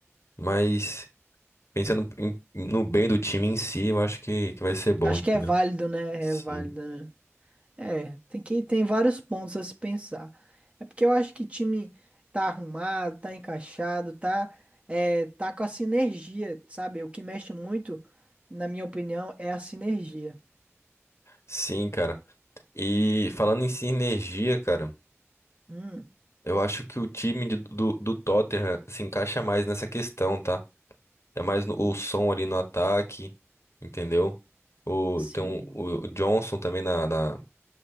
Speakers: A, on the left (about 60°); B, on the right (about 25°).
A: mas pensando em- no bem do time em si, eu acho que, que vai ser bom,
B: Acho
A: entendeu?
B: que é válido, né?
A: Sim.
B: É válido, né? É, tem que tem vários pontos a se pensar. É porque eu acho que time tá arrumado, tá encaixado, tá é, tá com a sinergia, sabe? O que mexe muito, na minha opinião, é a sinergia.
A: Sim, cara. E falando em sinergia, cara,
B: Hum,
A: eu acho que o time de- do, do Tottenham se encaixa mais nessa questão, tá? É mais no- o som ali no ataque, entendeu? O,
B: sim.
A: tem um, o, o Johnson também na, na,